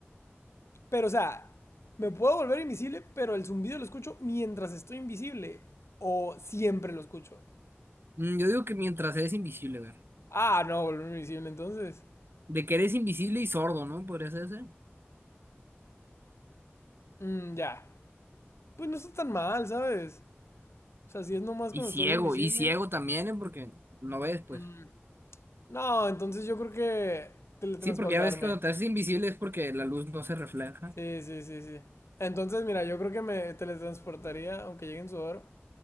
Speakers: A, on the left; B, on the right.
A: Pero o sea, me puedo volver invisible, pero el zumbido lo escucho mientras estoy invisible. O siempre lo escucho.
B: Mm, Yo digo que mientras eres invisible, güey.
A: Ah, no, volver invisible entonces.
B: De que eres invisible y sordo, ¿no? Podría ser ese.
A: Mm, ya. Pues no está tan mal, ¿sabes? O sea, si es nomás
B: Y
A: cuando
B: ciego,
A: estás invisible.
B: y ciego también, ¿eh? Porque no ves, pues.
A: mm, No, entonces yo creo que teletransportarme.
B: Sí, porque ya ves que cuando te haces invisible es porque la luz no se refleja.
A: Sí, sí, sí, sí. Entonces, mira, yo creo que me teletransportaría, aunque llegue en sudor,